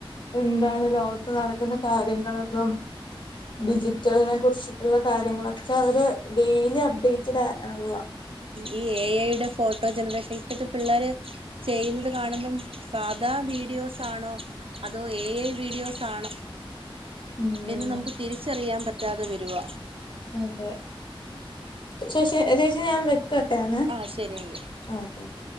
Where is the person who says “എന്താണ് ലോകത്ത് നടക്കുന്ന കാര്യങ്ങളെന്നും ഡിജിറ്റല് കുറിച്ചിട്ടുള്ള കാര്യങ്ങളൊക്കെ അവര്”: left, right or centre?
Left